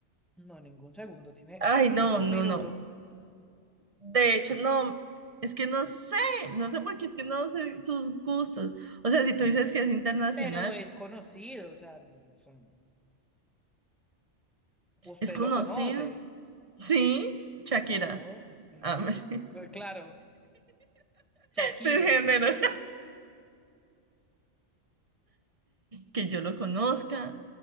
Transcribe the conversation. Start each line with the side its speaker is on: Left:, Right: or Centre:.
Centre: No, ningún segundo, tiene
Right: Ay, no,
Centre: un
Right: no,
Centre: minuto.
Right: no. De hecho, no, es que no sé, no sé por qué es que no sé sus gustos. O sea, si tú dices que es internacional,
Centre: Pero es conocido, o sea, no, son- usted
Right: es conocido.
Centre: lo conoce.
Right: Sí, Shakira.
Centre: Claro, no.
Right: Ah, <laughs> sí.
Centre: Fue Claro, Shakire.
Right: Cisgénero. Que yo lo conozca